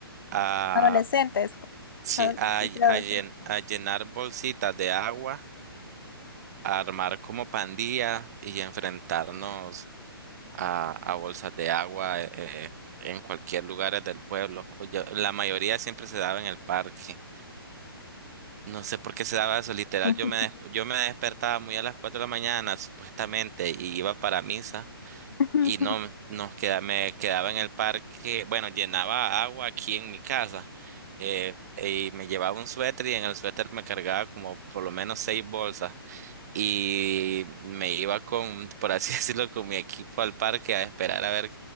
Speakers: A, on the right; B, on the left.
A: Ah,
B: Adolescentes. co-
A: Sí,
B: adol-
A: a,
B: y preadolescentes.
A: a llen- a llenar bolsitas de agua, a armar como pandilla y enfrentarnos a, a bolsas de agua eh, en cualquier lugar del pueblo. O yo- la mayoría siempre se daba en el parque. No sé por qué se daba eso, literal.
B: <laughs>
A: Yo me, des- yo me despertaba muy a las 4 de la mañana, supuestamente, y iba para misa.
B: Ujú.
A: y no nos queda, me quedaba en el parque, bueno, llenaba agua aquí en mi casa eh, y me llevaba un suéter y en el suéter me cargaba como por lo menos seis bolsas y me iba con, por así <laughs> decirlo, con mi equipo al parque a esperar a ver